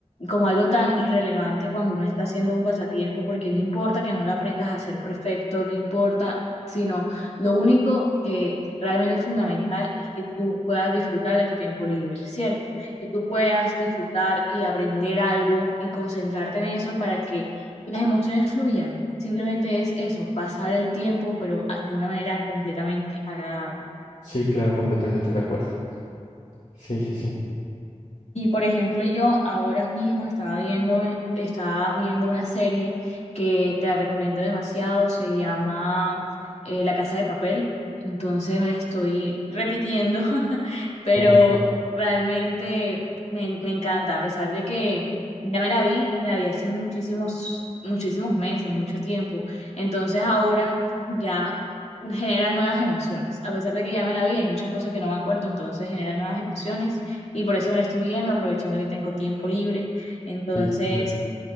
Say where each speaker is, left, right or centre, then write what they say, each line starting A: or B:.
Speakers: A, on the left; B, on the left.
A: como algo tan irrelevante cuando uno está haciendo un pasatiempo, porque no importa que no lo aprendas a ser perfecto, no importa, sino lo único que realmente es fundamental es que tú puedas disfrutar de tu tiempo libre, ¿cierto? Que tú puedas disfrutar y aprender algo y concentrarte en eso para que las emociones fluyan. Simplemente es eso, pasar el tiempo, pero a- de una manera completamente agradable.
B: Sí, claro, completamente de acuerdo. Sí, sí, sí.
A: Y por ejemplo, yo ahora mismo estaba viendo, estaba viendo una serie que te la recomiendo demasiado, se llama eh, La Casa de Papel. Entonces me la estoy repitiendo, <laughs> pero
B: Ah,
A: realmente me, me encanta, a pesar de que ya me la vi, me la vi hace muchísimos, muchísimos meses, mucho tiempo. Entonces ahora ya genera nuevas emociones. A pesar de que ya me la vi, hay muchas cosas que no me acuerdo, entonces genera nuevas emociones y por eso me la estoy viendo, aprovechando que tengo tiempo libre. Entonces,
B: sí, sí, claro.